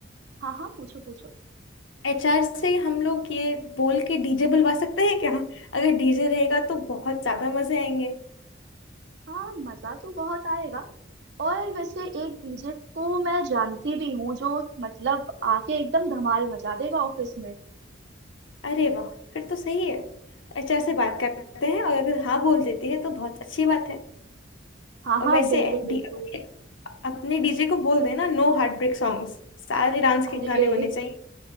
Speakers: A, on the right (about 60°); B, on the left (about 80°).
A: हाँ हाँ पूछो पूछो
B: एचआर से हम लोग ये बोल के डीजे बुलवा सकते हैं क्या अगर डीजे रहेगा तो बहुत ज्यादा मजे आएंगे
A: हाँ मजा तो बहुत आएगा और वैसे एक डीजे को मैं जानती भी हूँ जो मतलब आके एकदम धमाल मचा देगा ऑफिस में
B: अरे वाह फिर तो सही है एचआर से बात करते हैं और अगर हाँ बोल देती है तो बहुत अच्छी बात है
A: हाँ
B: और
A: हाँ
B: वैसे
A: बिल्कुल बिल्कुल
B: डी, अपने डीजे को बोल देना नो हार्ट ब्रेक सॉन्ग्स सारे डांस के
A: अरे
B: गाने होने चाहिए